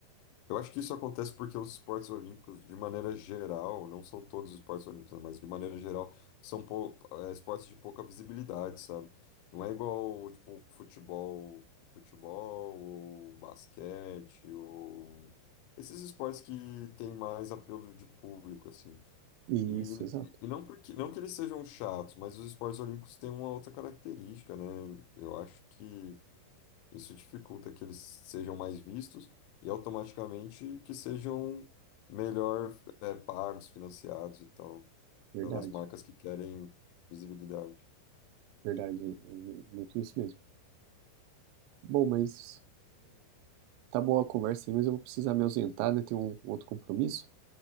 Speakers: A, on the left (about 80°); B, on the right (about 80°).
A: Eu acho que isso acontece porque os esportes olímpicos, de maneira geral, não são todos os esportes olímpicos, né, mas de maneira geral, são pou- é, esportes de pouca visibilidade, sabe? Não é igual, tipo, futebol, futebol, ou basquete, ou esses esportes que têm mais apelo de público, assim.
B: Isso,
A: E,
B: exato.
A: e não porque, não que eles sejam chatos, mas os esportes olímpicos têm uma outra característica, né? Eu acho que isso dificulta que eles sejam mais vistos e automaticamente que sejam melhor, eh, pagos, financiados e tal,
B: Verdade,
A: pelas marcas que querem visibilidade.
B: verdade. É mu- Muito isso mesmo. Bom, mas Tá boa a conversa aí, mas eu vou precisar me ausentar, né? tem um outro compromisso.